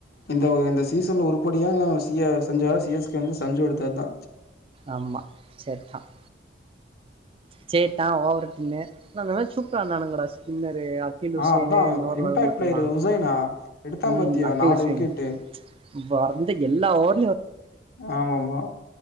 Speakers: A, on the left (about 55°); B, on the right (about 30°).
A: இந்த ஒ இந்த சீசன் ஒரு பொடியா சிஅ செஞ்சா சிஎஸ்கே வந்து சஞ்சு எடுத்ததா
B: ஆமா செத்தான் சேட்டான் ஓவருடின்னு ந அந்த மாரி சூப்பரா இருந்தானுங்கடா ஸ்கின்னரு அகில் உசேனு
A: ஆ அதா
B: நூர்
A: இம்பாக்ட்
B: ரஹ்மத்
A: பிளேயர்
B: லாம்
A: உசைனா எடுத்தா
B: உம்
A: பாத்தியா
B: அகில்
A: நாலு
B: உசேன்
A: விக்கெட்டு
B: வந்து எல்லாவோட்
A: ஆமாமா